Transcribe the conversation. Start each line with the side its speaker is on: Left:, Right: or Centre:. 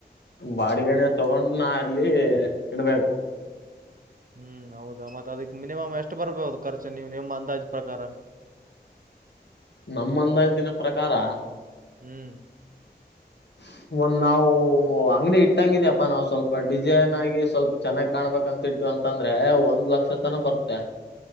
Left: ಬಾಡಗಣ ತಗೊಂಡು ನಾ ಅಲ್ಲಿ ಇಡ್ಬೇಕು
Right: ಹ್ಮ್ ಹೌದಾ ಮತ್ತತ್ ಅದಕ್ ಮಿನಿಮಮ್ ಎಷ್ಟು ಬರ್ಬದು ಖರ್ಚು ನೀವು ನಿಮ್ಮ ಅಂದಾಜ ಪ್ರಕಾರ
Left: ನಮ್ಮಂದತಿನ ಪ್ರಕಾರ
Right: ಹ್ಮ್
Left: ಹ <unintelligible> ಒಂದ್ ನಾವು ಅಂಗಡಿ ಇಟ್ಟಂಗಿದ್ಯಪ್ಪಾ ನಾ ಸ್ವಲ್ಪ ಡಿಸೈನ್ ಆಗಿ ಸ್ವಲ್ಪ ಚೆನ್ನಾಗ್ ಕಾಣ್ಬೇಕಕ್ಂತಟ್ಟು ಅಂತಂದ್ರೆ ಒಂದ್ ಲಕ್ಷ ತನ ಬರ್ತ್ತೆ